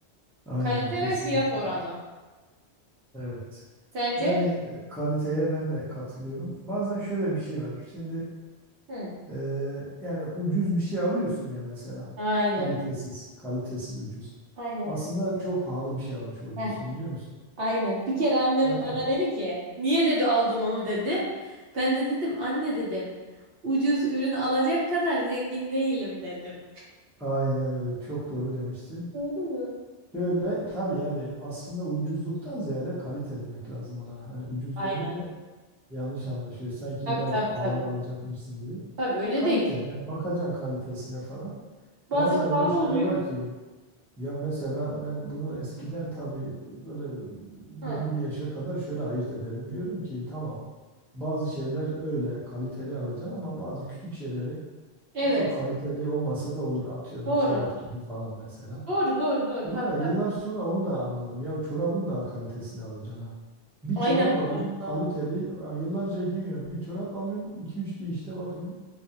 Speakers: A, in the centre; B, on the right.
A: Aynen
B: Kalite
A: kesinlikle.
B: ve fiyat oranı.
A: Evet.
B: Sence?
A: Yani e, kaliteye ben de katılıyorum. Bazen şöyle bir şey var. Şimdi
B: Hı.
A: Ee, yani ucuz bir şey alıyorsun ya mesela.
B: Aynen.
A: Kalitesiz, kalitesiz ucuz.
B: Aynen.
A: Aslında çok pahalı bir şey almış oluyorsun
B: Heh,
A: biliyor musun?
B: aynen. Bir kere annem
A: Yani
B: bana dedi ki, niye dedi aldın onu dedi. Ben de dedim anne dedim. Ucuz ürün alacak kadar zengin değilim dedim.
A: aynen öyle çok doğru demişsin.
B: Doğru mu?
A: Şöyle tabii yani aslında ucuzluktan ziyade kalite demek lazım ona. Hani ucuz
B: Aynen.
A: deyince yanlış anlaşıyor. Sanki
B: Tabii
A: illaki
B: tabii
A: pahalı
B: tabii.
A: alacakmışsın gibi.
B: Tabii öyle
A: Kalite
B: değil.
A: yani bakacaksın kalitesine falan.
B: Bazen
A: Bazen
B: pahalı
A: öyle şeyler
B: oluyor.
A: var ki Ya mesela ben bunu eskiden tabii böyle belli
B: Hı.
A: bir yaşa kadar şöyle ayırt ederdim. Diyorum ki tamam bazı şeyler öyle kaliteli alacaksın ama bazı küçük şeyleri
B: Evet.
A: çok kaliteli olmasa da olur. Atıyorum
B: Doğru.
A: çorap gibi falan mesela.
B: Doğru doğru doğru.
A: Sonra
B: Tabii
A: yıllar
B: tabii.
A: sonra onu da anladım. Ya çorabın da kalitesini alacaksın ha. Bir
B: Aynen
A: çorap alıyorsun
B: bu arada.
A: kaliteli ya yıllarca giyiyorsun. Bir çorap alıyorsun iki üç giyişte bakıyorsun